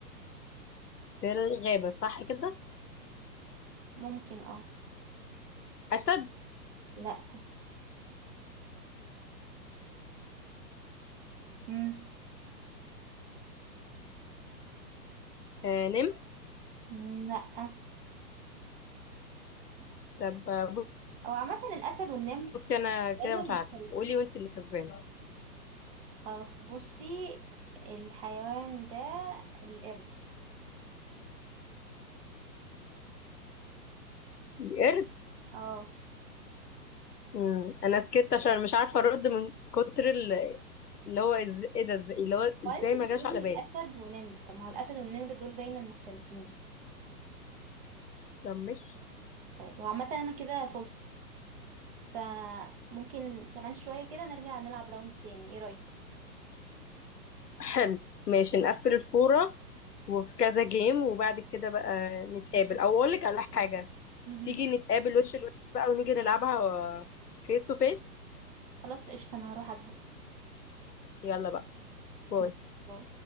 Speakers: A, on the left; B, on the right.
A: في الغابه صح كده
B: ممكن اه
A: أسد
B: لأ مم،
A: آه نمر
B: مم، لأ
A: طب آه،
B: هو عامة الأسد والنمر
A: بصي أنا كده
B: دايما مفترسين
A: مش عارفة قولي وأنت اللي كسبانة
B: خلاص بصي الحيوان ده القرد
A: القرد
B: اه
A: مم، أنا سكت عشان مش عارفة أرد من كتر ال- اللي هو إز... إيه ده إزاي اللي هو إزاي
B: وانت بتقولي
A: ما جاش على بالي
B: أسد ونمر طب ما هو الأسد والنمر دول دايما مفترسين
A: طب مش
B: طيب هو عامة أنا كده فزت فممكن كمان شوية كده نرجع نلعب راوند تاني ايه رأيك
A: حلو ماشي نقفل الفورة وفي كذا جيم وبعد كده بقى نتقابل
B: نشوف
A: أو أقول لك على حاجة
B: مهم.
A: تيجي نتقابل وش لوش بقى ونيجي نلعبها فيس تو فيس
B: خلاص قشطة انا هروح اجهز
A: يلا بقى باي
B: ماشي، باي.